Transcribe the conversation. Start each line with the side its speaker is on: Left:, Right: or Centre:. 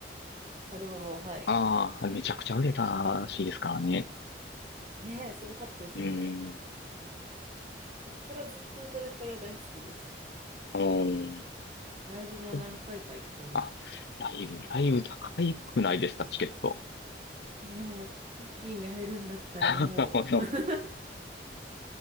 Right: アルバムを、はい。
Left: ああ、めちゃくちゃ売れたらしいですからね。
Right: ねえ、すごかったですよね。
Left: うーん。
Right: うんそっからずっと宇多田ヒカルは大好きですね。
Left: おー
Right: ライブも何回か行ってます。
Left: とあ、ライブ、ライブ高いくないですか、チケット。
Right: え、でも、ヒッキーに会えるんだったらもう
Left: <laughs> あの、
Right: <laughs>